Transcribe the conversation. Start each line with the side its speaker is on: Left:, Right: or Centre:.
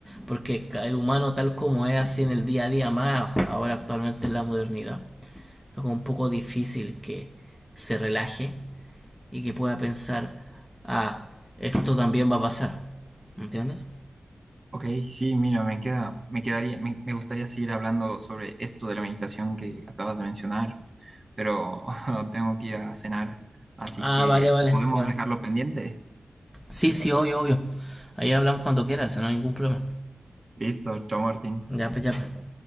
Centre: Porque el humano tal como es así en el día a día más, ahora actualmente en la modernidad, es un poco difícil que se relaje y que pueda pensar, ah, esto también va a pasar. ¿Entiendes?
Right: Ok, sí, mira, me queda, me quedaría, me, me gustaría seguir hablando sobre esto de la meditación que acabas de mencionar, pero <laughs> tengo que ir a cenar, así
Centre: Ah,
Right: que
Centre: vale, vale.
Right: podemos
Centre: Bueno.
Right: dejarlo pendiente.
Centre: Sí, sí, obvio, obvio. Ahí hablamos cuando quieras, no hay ningún problema.
Right: Listo, chao Martín.
Centre: Ya, pues, ya, pues.